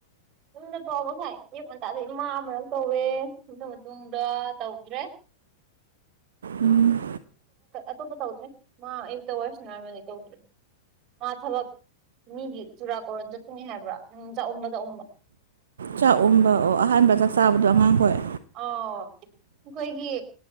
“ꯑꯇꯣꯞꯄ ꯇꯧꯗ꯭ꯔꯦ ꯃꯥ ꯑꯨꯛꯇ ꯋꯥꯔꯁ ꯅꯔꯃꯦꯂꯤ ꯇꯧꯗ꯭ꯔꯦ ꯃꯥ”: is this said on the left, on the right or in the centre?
Right